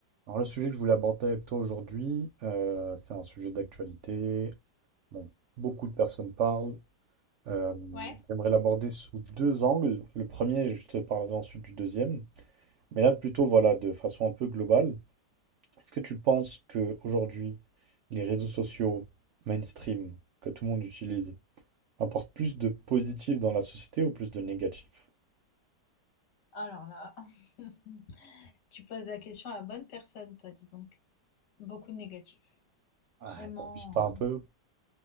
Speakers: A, on the right; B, on the left.
A: Alors le sujet que je voulais aborder avec toi aujourd'hui, euh, c'est un sujet d'actualité dont beaucoup de personnes parlent. Euh,
B: Ouais,
A: j'aimerais l'aborder sous deux angles. Le premier, je te parlerai ensuite du deuxième. Mais là, plutôt, voilà, de façon un peu globale. Est-ce que tu penses que aujourd'hui, les réseaux sociaux mainstream que tout le monde utilise apportent plus de positif dans la société ou plus de négatif?
B: alors là, <laughs> tu poses la question à la bonne personne, toi, dis donc. Beaucoup de négatifs.
A: Ah,
B: Vraiment,
A: t'abuses pas un peu?